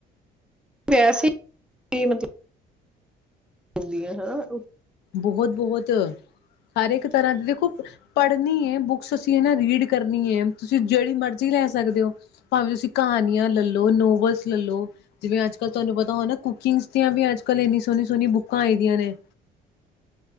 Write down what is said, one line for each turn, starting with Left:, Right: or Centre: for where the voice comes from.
Centre: ਵੈਸੇ ਏ ਮਤਲਬ। ਹੁੰਦੀਆਂ ਹਨਾ।
Left: ਬਹੁਤ ਬਹੁਤ ਹਰ ਇੱਕ ਤਰ੍ਹਾਂ ਦੀ ਦੇਖੋ ਪੜ੍ਹਨੀ ਹੈ ਬੁੱਕਸ ਅਸੀਂ ਨਾ ਰੀਡ ਕਰਨੀ ਹੈ ਤੁਸੀਂ ਜਿਹੜੀ ਮਰਜ਼ੀ ਲੈ ਸਕਦੇ ਹੋ ਭਾਵੇਂ ਤੁਸੀਂ ਕਹਾਣੀਆਂ ਲੈ ਲਓ ਨੋਵਲਸ ਲੈ ਲਓ ਜਿਵੇਂ ਅੱਜ ਕੱਲ੍ਹ ਤੁਹਾਨੂੰ ਪਤਾ ਹੋ ਨਾ ਕੁਕਿੰਗਸ ਦੀਆਂ ਵੀ ਅੱਜ ਕੱਲ੍ਹ ਇੰਨੀ ਸੋਹਣੀ ਸੋਹਣੀ ਬੁੱਕਾਂ ਆਈ ਦੀਆਂ ਨੇ।